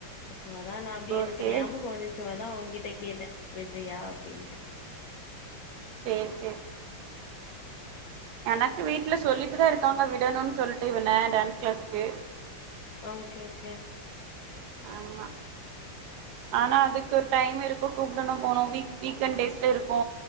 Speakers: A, on the left; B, on the right.
A: சோ அதா நா
B: ஓகே
A: கொதிச்சவதா உங்கிட்ட கேட்ட விட்றியா அப்டின்ட்டு
B: சேரி செரி எனக்கு வீட்ல சொல்லிட்டு தா இருக்காங்க விடணுனு சொல்ட்டு இவன டான்ஸ் க்ளாஸ்க்கு
A: ஓகே ஓகே
B: ஆமா ஆனா அதுக்கு ஒரு டைம் இருக்கு கூப்டனு போணு வீ வீக்கேண்ட் டேஸ்ல இருக்கு